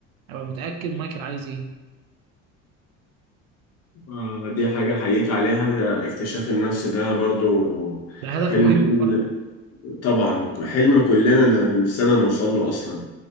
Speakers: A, on the right; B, on the left.
A: ابقى متأكد مايكل عايز ايه
B: آه، دي حاجة أحييك عليها اكتشاف النفس ده برضو
A: ده هدف
B: حلم
A: مهم
B: كل
A: برضه
B: طبعا حلم كلنا ن- نفسنا نوصل له أصلا